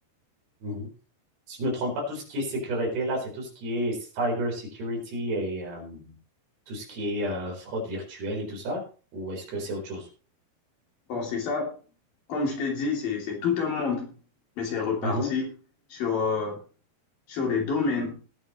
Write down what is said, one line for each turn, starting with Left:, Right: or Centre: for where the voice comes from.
Right: Mhm. Si je me trompe pas, tout ce qui est sécurité, là, c'est tout ce qui est cyber security et euh, tout ce qui est euh, fraude virtuelle et tout ça? Ou est-ce que c'est autre chose?
Left: Bon, c'est ça. Comme je t'ai dit, c'est c'est tout un monde, mais c'est reparti
Right: Mhm,
Left: sur, euh, sur des domaines,